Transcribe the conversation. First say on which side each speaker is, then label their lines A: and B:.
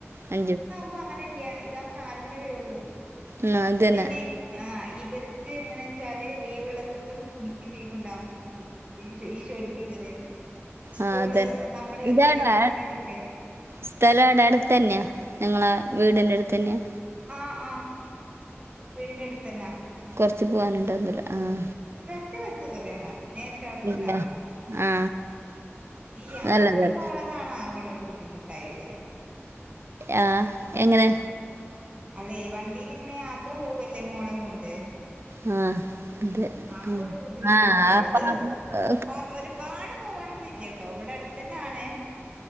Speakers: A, on the right; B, on the right.
A: അഞ്ചു-
B: അപ്പോ അങ്ങനെല്ല, ഇതാവകുമ്പോ നാലുമണി വര ഉള്ളു
A: ആ അത് തന്നെ
B: പിന്നെ, ആഹാ ഇവർക്ക് എങ്ങനെ വെച്ചാല്, ലീവുള്ള ദിവസം എനിക്കും ലീവ് ഉണ്ടാവും. ഈ ഈ ജോലിക്ക് കേറിയാല്. സ്കൂള്
A: ആഹാ അതെ
B: നമ്മള് വെക്കേഷൻ
A: ഇതാണ്.
B: സമയത്തൊക്കെ
A: സ്ഥലം അവിടെ അടുത്ത് തന്നെയാ, നിങ്ങള വീടിന്റെ അടുത്ത് തന്നെയാ.
B: ആഹാ ആഹാ വീടിന്റെ അടുത്ത്തന്നാ.
A: കുറച്ച് പോവാനുണ്ട് അന്നേരം- ആഹാ
B: ഒറ്റ ബസ്സ് കേറിയാൽ മതി നേരിട്ട്- അവിടെ ചെന്ന്
A: ഇല്ല
B: ഇറങ്ങാം.
A: ആ
B: ഈ യാത്ര
A: നല്ലത്
B: പോണ- അതാണ് ആക്കൊഉള്ള ഒരു ബുദ്ധിമുട്ടായി വരിക.
A: ആഹാ എങ്ങനെ.
B: അല്ലെ വണ്ടിയിൽ ഇങ്ങനെ യാത്ര പോവുവല്ലേ മോളേം കൊണ്ട്.
A: ആഹാ അതെ
B: ആ ഒരു ബുദ്ധിമുട്ടേ
A: ആഹാ
B: ഉണ്ടാവുള്ളൂ
A: അപ്പ-
B: അത് കൊ ഒരുപാട് പോകാനൊന്നും- ഇല്ലട്ടോ ഇവിടെ അടുത്ത് തന്നെ ആണ്.